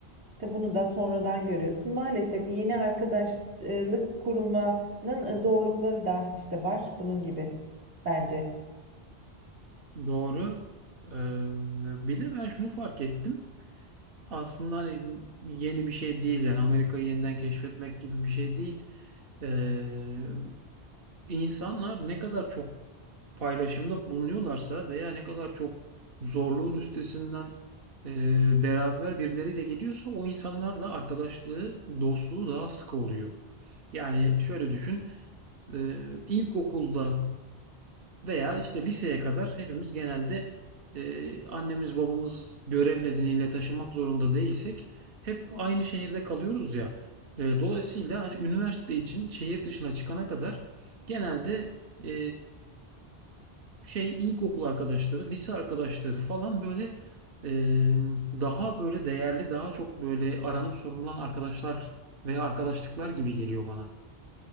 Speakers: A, on the right; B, on the right.
A: İşte bunu da sonradan görüyorsun. Maalesef yeni arkadaşlık kurmanın e, zorlukları da işte var bunun gibi bence.
B: Doğru. Ee, bir de ben şunu fark ettim. Aslında hani yeni bir şey değil yani Amerika'yı yeniden keşfetmek gibi bir şey değil. Ee, insanlar ne kadar çok paylaşımda bulunuyorlarsa veya ne kadar çok zorluğun üstesinden e, beraber birileriyle geliyorsa o insanlarla arkadaşlığı, dostluğu daha sıkı oluyor. Yani şöyle düşün, e, ilkokulda veya işte liseye kadar hepimiz genelde e, annemiz babamız görev nedeniyle taşınmak zorunda değilsek hep
A: Heh,
B: aynı şehirde kalıyoruz ya. E,
A: Evet,
B: dolayısıyla hani üniversite için şehir dışına çıkana kadar genelde e, şey ilkokul arkadaşları, lise arkadaşları falan böyle e, daha böyle değerli, daha çok böyle aranıp sorulan arkadaşlar veya arkadaşlıklar gibi geliyor bana.